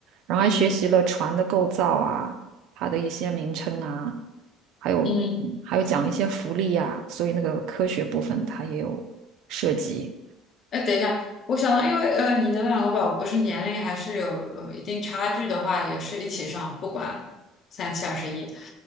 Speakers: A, on the right (about 65°); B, on the left (about 35°).
A: 然后还学习了船的构造啊，
B: 嗯
A: 它的一些名称啊，还有嗯还有讲一些浮力啊，
B: 嗯。
A: 所以那个科学部分它也有涉及。
B: 哎，等一下，我想到，因为呃，你的两个宝宝不是年龄还是有呃一定差距的话，也是一起上，不管三七二十一。